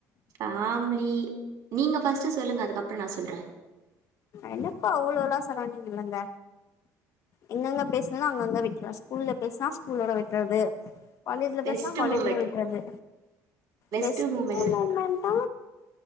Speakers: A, on the right (about 60°); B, on the left (about 45°).
A: ஆ ம்புலி நீங்க ஃபஸ்ட்டு சொல்லுங்க அதுக்கப்புற நா சொல்ற
B: என்னப்பா அவ்ளோலா சொல்ல வேண்டித் இல்லங்க எங்கெங்க பேஸ்னனோ அங்கங்க விட்ருவ ஸ்கூல்ல பேஸ்னா ஸ்கூல்லோட விட்றது காலேஜ்ல
A: பெஸ்ட்
B: பேஸ்னா காலேஜுடோ
A: மூமெண்ட்
B: விட்றது
A: பெஸ்ட்
B: பெஸ்ட்டே
A: மூமெண்ட்னு
B: மொமென்ட்னா